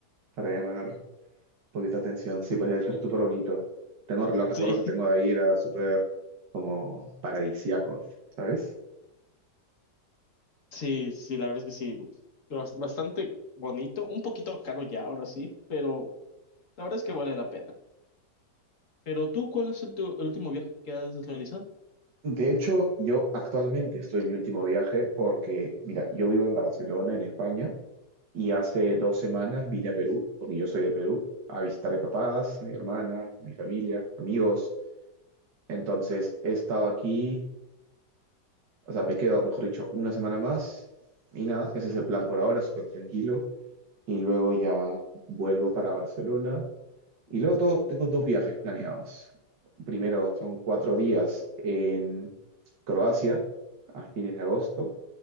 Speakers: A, on the right (about 75°); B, on the left (about 45°).
A: Para llamar poquita atención, sí, pues debe ser súper bonito. Tengo los recuerdos
B: Sí,
A: que tengo de ahí, era súper como paradisíacos, ¿sabes?
B: <laughs> sí, sí, la verdad es que sí. Bas- Bastante bonito, un poquito caro ya ahora sí, pero la verdad es que vale la pena. Pero tú, ¿cuál es el, tu- el último viaje que has realizado?
A: De hecho, yo actualmente estoy en mi último viaje porque, mira, yo vivo en Barcelona, en España, y hace dos semanas vine a Perú, porque yo soy de Perú, a visitar a mis papás, a mi hermana, a mi familia, amigos. Entonces, he estado aquí o sea, me quedo, mejor dicho, una semana más y nada, ese es el plan por ahora, súper tranquilo. Y luego ya vuelvo para Barcelona. Y luego to- tengo dos viajes planeados. Primero, son cuatro días en Croacia a fines de agosto,